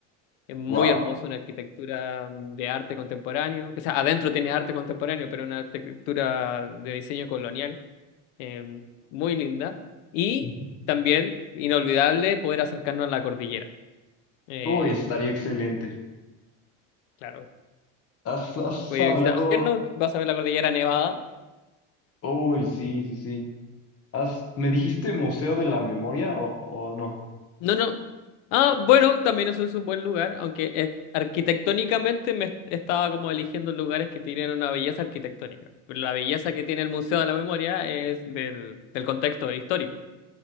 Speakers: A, on the left (about 80°); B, on the left (about 40°).
A: Es muy
B: Wow.
A: hermoso, una arquitectura mm, de arte contemporáneo. O sea, adentro tiene arte contemporáneo, pero una arquitectura de diseño colonial eh, muy linda. Y
B: Ujú.
A: también, inolvidable, poder acercarnos a la cordillera. Eh,
B: Uy, estaría excelente.
A: claro,
B: Has, has
A: voy
B: hablado.
A: a visitar Osorno, vas a ver la cordillera nevada.
B: Uy, sí, sí, sí. Has... ¿Me dijiste
A: ¿Mm?
B: Museo de la Memoria o, o no?
A: No, no. Ah, bueno, también eso es un buen lugar, aunque es- arquitectónicamente me estaba como eligiendo lugares que tienen una belleza arquitectónica. Pero la belleza que tiene el Museo de la Memoria es del, del contexto histórico.